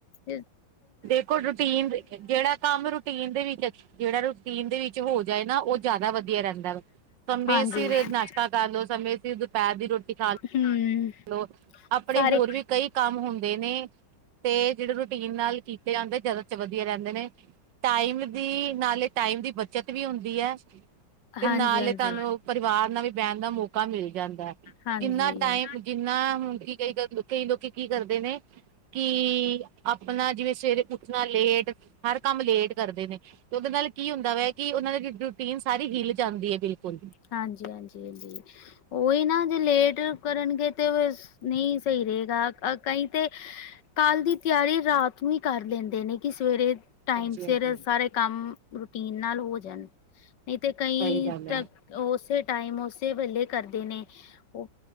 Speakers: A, on the left; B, on the right.
A: ਏ
B: ਦੇਖੋ ਰੂਟੀਨ ਜਿਹੜਾ ਕੰਮ ਰੂਟੀਨ ਦੇ ਵਿੱਚ ਅ ਜਿਹੜਾ ਰੂਟੀਨ ਦੇ ਵਿੱਚ ਚੇ ਹੋ ਜਾਏ ਨਾ ਓਹ ਜੈਦਾ ਵਧੀਆ ਰੈੰਦਾ ਵੇ, ਸਮੇਂ
A: ਹਾਂਜੀ
B: ਸਿਰ ਨਾਸ਼ਤਾ ਕਰ ਲੋ ਸਮੇਂ ਫਿਰ ਦੁਪੈਰ ਦੀ ਰੋਟੀ ਖਾ
A: ਹੂੰ
B: ਲੋ। ਅਪਣੇ
A: ਸਾਰੇ
B: ਹੋਰ ਵੀ ਕਈ ਕੰਮ ਹੁੰਦੇ ਨੇ ਤੇ ਜੇੜੇ ਰੂਟੀਨ ਨਾਲ ਕੀਤੇ ਜਾਂਦੇ ਜਾਦਾ ਚ ਵਧੀਆ ਰੈੰਦੇ ਨੇ। ਟਾਈਮ ਦੀ ਨਾਲੇ ਟਾਈਮ ਦੀ ਬੱਚਤ ਵੀ ਹੁੰਦੀ ਐ। ਤੇ
A: ਹਾਂਜੀ-ਹਾਂਜੀ।
B: ਨਾਲ ਏ ਤਾਨੂੰ
A: ਹਾਂਜੀ,
B: ਪਰਿਵਾਰ ਨਾਲ ਵੀ ਬੈਣ ਦਾ ਮੌਕਾ ਮਿਲ ਜਾਂਦੈ।
A: ਹਾਂਜੀ-ਹਾਂਜੀ,
B: ਕਿੰਨਾ ਟਾਈਮ
A: ਹਾਂਜੀ।
B: ਜਿੰਨਾ ਹੁਣ ਕੀ ਕਈ ਕ ਕਈ ਲੋਕੀ ਕੀ ਕਰਦੇ ਨੇ ਕਿ ਆਪਣਾ ਜਿਵੇਂ ਤੇ ਪੁੱਛਣਾ ਲੇਟ ਹਰ ਕੰਮ ਲੇਟ ਕਰਦੇ ਨੇ। ਤੇ ਓਦੇ ਨਾਲ ਕੀ ਹੁੰਦਾ ਵੈ ਕਿ ਉਹਨਾਂ ਦੀ ਰੂਟੀਨ ਸਾਰੀ ਹਿੱਲ ਜਾਂਦੀ ਏ ਬਿਲਕੁਲ
A: ਹਾਂਜੀ ਹਾਂਜੀ, ਹਾਂਜੀ ਓਈ ਨਾ ਜੇ ਲੇਟ ਕਰਨਗੇ ਤੇ ਵੇਸ ਨੀਂ ਸਈ ਰਏਗਾ। ਕਈ ਤੇ ਕੱਲ ਦੀ ਤਿਆਰੀ ਰਾਤ ਤਵੀ ਕਰ ਲੈਂਦੇ ਨੇ ਕਿ ਸਵੇਰੇ ਟਾਈਮ
B: ਹਾਂਜੀ
A: ਸਿਰ
B: ਹਾਂਜੀ
A: ਸਾਰੇ ਕੰਮ ਰੁਟੀਨ ਨਾਲ ਹੋ ਜਾਣ। ਨਈਂ ਤੇ ਕਈ
B: ਸਹੀ ਗੱਲ
A: ਟ ਓਸੇ ਟਾਈਮ ਓਸੇ ਵੇਲੇ ਕਰਦੇ ਨੇ। ਓ,